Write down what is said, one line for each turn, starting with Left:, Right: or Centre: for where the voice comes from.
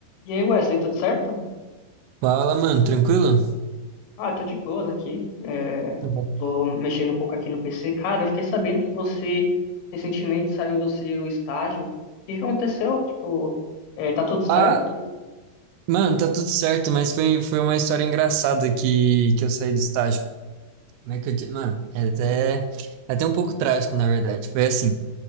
Left: E aí, Wesley, tudo certo?
Right: Fala, mano, tranquilo?
Left: Ah, eu tô de boas aqui. É,
Right: Uhum.
Left: tô mexendo um pouco aqui no PC. Cara, eu fiquei sabendo que você recentemente saiu do seu estágio. O que que aconteceu? Tipo, é, tá tudo certo?
Right: Ah, mano, tá tudo certo, mas foi, foi uma história engraçada que, que eu saí do estágio. Como é que eu te... Mano, é até, é até um pouco trágico, na verdade. Foi assim,